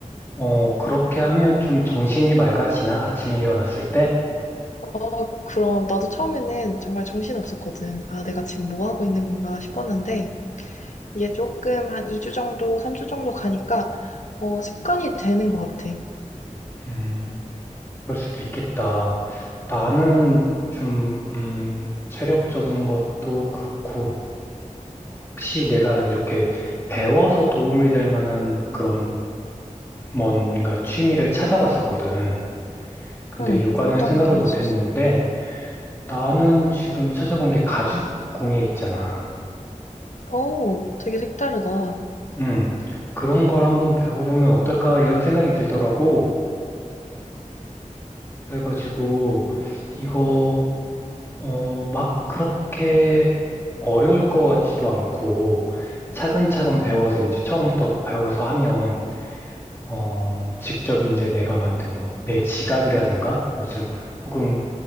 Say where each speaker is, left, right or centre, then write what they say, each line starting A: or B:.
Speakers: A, on the left; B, on the left.
A: 어, 그렇게 하면 좀 정신이 맑아지나? 아침에 일어났을 때?
B: 어, 그럼 나도 처음에는 정말 정신없었거든. 아, 내가 지금 뭐 하고 있는 건가 싶었는데 이게 조금 한 2주 정도, 3주 정도 가니까 어, 습관이 되는 것 같아.
A: 음, 그럴 수도 있겠다. 나는 좀, 음, 체력적인 것도 그렇고, 혹시 내가 이렇게 배워서 도움이 될 만한 그런 뭔가 취미를 찾아봤었거든. 근데
B: 응,
A: 요가는
B: 어떤
A: 생각을
B: 게
A: 못
B: 있었어?
A: 했는데, 나는 지금 찾아본 게 가죽 공예 있잖아.
B: 어, 되게 색다르다.
A: 음, 그런 걸 한번 배워보면 어떨까? 이런 생각이 들더라고. 그래가지고 이거 어 막 그렇게 어려울 것 같지도 않고 차근차근 배워서 이제 처음부터 배워서 하면 어 직접 이제 내가 만든 뭐 내 지갑이라든가 무슨 혹은